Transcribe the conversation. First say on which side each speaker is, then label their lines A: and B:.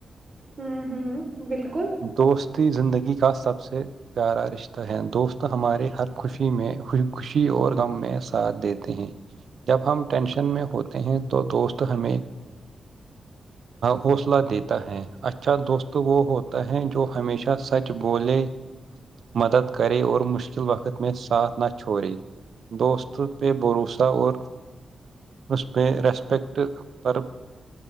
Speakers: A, on the right; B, on the right.
A: ہوں ہوں بالکل
B: دوستی زندگی گی کا سب سے پیارا رشتہ ہے دوست ہمارے ہر خوشی میں خوشی اور غم میں ساتھ دیتے ہیں جب ہم ٹینشن میں ہوتے ہیں تو دوست ہمیں حوصلہ دیتا ہے اچھا دوست وہ ہو جو ہمیشہ سچ بولے مدد کرے اور مشکل وقت میں ساتھ نہ چھوڑے دوست پہ بھروسہ اور اس پہ ریسپیکٹ پر